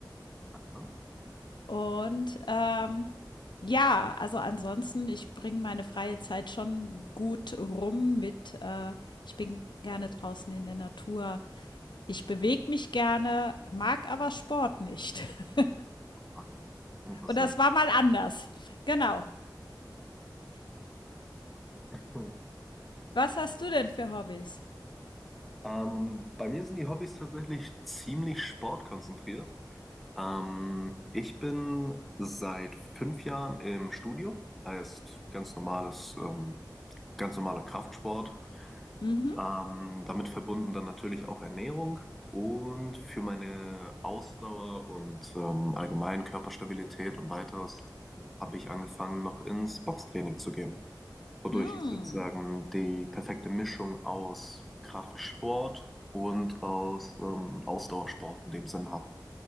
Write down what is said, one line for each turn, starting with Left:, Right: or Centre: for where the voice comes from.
Centre: Ja?
Left: Und, ähm, ja, also ansonsten, ich bringe meine freie Zeit schon gut rum mit, äh ich bin gerne draußen in der Natur. Ich bewege mich gerne, mag aber Sport nicht. <laughs>
Centre: Ah, Interessant.
Left: Und das war mal anders. Genau.
Centre: Hm.
Left: Was hast du denn für Hobbys?
Centre: Ähm, bei mir sind die Hobbys tatsächlich ziemlich sportkonzentriert. Ähm, ich bin seit fünf Jahren im Studio, heißt ganz normales, ähm, ganz normaler Kraftsport.
Left: Mhm.
Centre: Ähm, damit verbunden dann natürlich auch Ernährung und für meine Ausdauer und ähm, allgemein Körperstabilität und weiteres habe ich angefangen, noch ins Boxtraining zu gehen, wodurch
Left: Hm,
Centre: ich sozusagen die perfekte Mischung aus Kraftsport und aus ähm, Ausdauersport in dem Sinne habe.